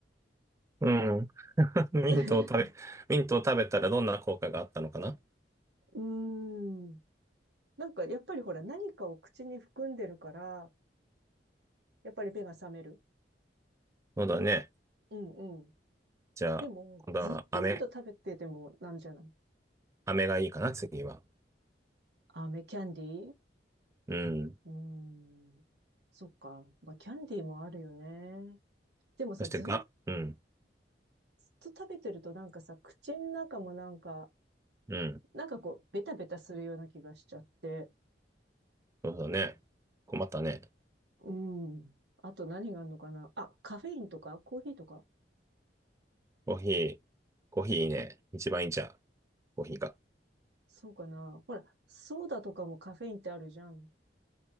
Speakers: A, on the right (about 15°); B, on the right (about 70°).
A: うん。<laughs> ミントを食べ、
B: <laughs>
A: ミントを食べたらどんな効果があったのかな
B: うーん。なんかやっぱりほら何かを口に含んでるから、やっぱり目が覚める。
A: そうだね。
B: うんうん。
A: じゃあ、
B: でも、
A: 今度は飴、
B: ずっとミント食べててもなんじゃない
A: 飴がいいかな、次は。
B: 飴キャンディー
A: うん。
B: うーん。そっか。まあ、キャンディーもあるよね。でもさ、
A: そしてが、
B: ずっ
A: うん、
B: と食べてるとなんかさ、口の中もなんか、
A: うん。
B: なんかこう、ベタベタするような気がしちゃって。
A: そうだね。困ったね。
B: うん。あと何があるのかなあ、カフェインとかコーヒーとか
A: コーヒー、コーヒーいいね。一番いいんちゃうコーヒーが。
B: そうかなほら、ソーダとかもカフェインってあるじゃん。